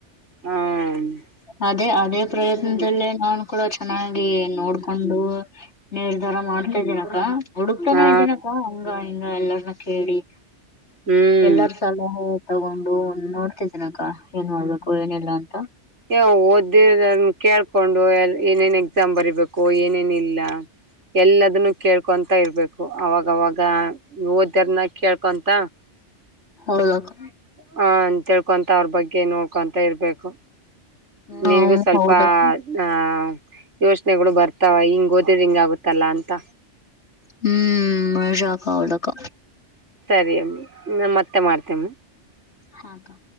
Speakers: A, on the right; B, on the left.
A: ಹ್ಮ
B: ಅದೇ ಅದೇ ಪ್ರಯತ್ನದಲ್ಲೇ ನಾನು ಕೂಡ ಚೆನ್ನಾಗಿ ನೋಡ್ಕೊಂಡು ನೀರ್ಧಾರ ಮಾಡ್ತಾ ಇದೀನಕ್ಕ. ಹುಡುಕ್ತಾನೇ
A: ಹಾ
B: ಇದ್ದೀನಕ್ಕ ಹಂಗ ಹಿಂಗ ಎಲ್ಲಾರ್ನ್ನ ಕೇಳಿ
A: ಹ್ಮ್
B: ಎಲ್ಲಾರ ಸಲಹೆ ತಗೊಂಡು ನೋಡ್ತಿದನಕ್ಕ ಏನ್ ಮಾಡ್ಬೇಕು ಏನಿಲ್ಲ ಅಂತ.
A: ಏ ಓದ್ದಿ ಕೇಳ್ಕೊಂಡು ಎ ಏನೇನ್ ಎಕ್ಸಾಮ್ ಬರಿಬೇಕ ಕೂ ಏನೇನಿಲ್ಲ ಎಲ್ಲದನ್ನು ಕೇಳ್ಕೊಂತ ಇರ್ಬೇಕು ಅವಾಗವಾಗ ಓದ್ಯರ್ನ ಕೇಳ್ಕೊಂತ
B: ಹೌದಕ್ಕ.
A: ಹ ಅಂತಳ್ಕೊಂತ ಅವ್ರ ಬಗ್ಗೆ ನೋಡ್ಕೊಂತ ಇರ್ಬೇಕು.
B: ಹ್ಮ್
A: ನಿನ್ಗೂ ಸ್ವಲ್ಪ
B: ಹೌದಕ್ಕ
A: ಹಾ ಯೋಚನೆಗಳು ಬರ್ತಾವ ಹಿಂಗ ಓದಿದ್ರ ಹಿಂಗ ಆಗುತ್ತಲ್ಲ ಅಂತ.
B: ಹ್ಮ್ <unintelligible> ಹೌದಕ್ಕ
A: ಸರಿ ಅಮ್ಮೀ ನಾ ಮತ್ತೆ ಮಾಡ್ತೇಮ್ಮ.
B: ಹಾಕ್ಕಾ.